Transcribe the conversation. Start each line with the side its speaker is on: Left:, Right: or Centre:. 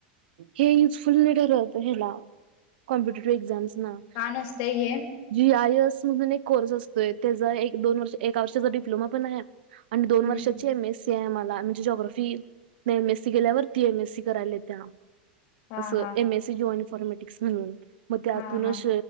Right: हे युजफुल नाही ठरत ह्याला कॉम्पिटेटिव्ह एक्झाम्स ना
Left: का नसते हे
Right: जी आय एस म्हणून एक कोर्स असतोय त्याचा एक दोन वर्ष एका वर्षाचा डिप्लोमा पण आहे. आणि दोन वर्षाची
Left: हम्म
Right: एम एस सी आहे मला म्हणजे जॉग्राफी नाही एम एस सी केल्यावर ती एम एस सी करायला येत्या
Left: हा
Right: असं
Left: हा
Right: एम एसी जॉईन फॉर्मॅटिक्स म्हणून मग त्यातूनच
Left: हा हा